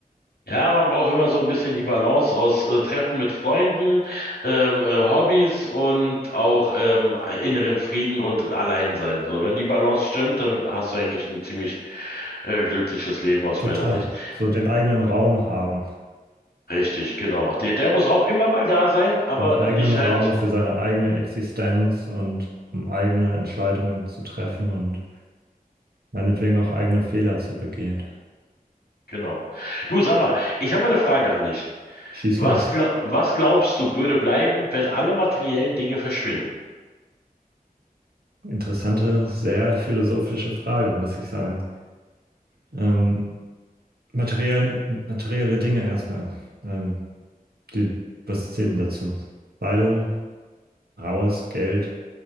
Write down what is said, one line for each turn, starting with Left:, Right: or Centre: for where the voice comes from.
Left: Ja, man braucht immer so ein bisschen die Balance aus äh, Treffen mit Freunden, ähm, äh, Hobbys und auch ähm, inneren Frieden und Alleinsein. So, wenn die Balance stimmt, dann hast du eigentlich ein ziemlich äh, glückliches Leben aus
Right: Total.
Left: meiner Sicht.
Right: So den eigenen Raum haben,
Left: Richtig, genau. Der, der muss auch immer mal da sein, aber
Right: den eigenen
Left: nicht
Right: Raum
Left: halt,
Right: für seine eigene Existenz und um eigene Entscheidungen zu treffen und meinetwegen auch eigene Fehler zu begehen.
Left: genau. Du, sag mal, ich habe eine Frage an dich.
Right: Schieß
Left: Was,
Right: los.
Left: gla was glaubst du, würde bleiben, wenn alle materiellen Dinge verschwinden?
Right: Interessante, sehr philosophische Frage, muss ich sagen. Ähm, materiell, materielle Dinge erstmal. Ähm, die, was zählt denn dazu? Kleidung, raues Geld,